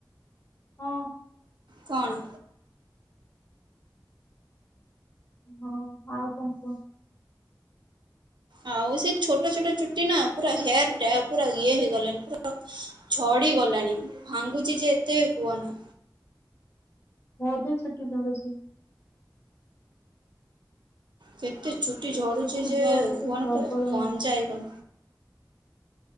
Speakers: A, on the left; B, on the right.
A: ହଁ।
B: କଣ?
A: ହଁ ଆଉ କଣ କୁହ?
B: ଆଉ ସେ ଛୋଟ ଛୋଟ ଚୁଟି ନା ପୁରା ହେୟାର ଡ୍ରାଏ ପୁରା ଇଏ ହେଇଗଲାଣି ପୁରା ଝଡି ଗଲାଣି ଭାଙ୍ଗୁଛି ଯେ ଏତେ କୁହନା।
A: ମୋ ବି ଚୁଟି ଝଡୁଛି।
B: କେତେ ଚୁଟି ଝଡୁଛି
A: ଚୁଟି
B: ଯେ
A: ଝଡୁଛି
B: କୁହନି
A: ପ୍ରବଳ
B: ପୁରା ପଞ୍ଜାଏ କ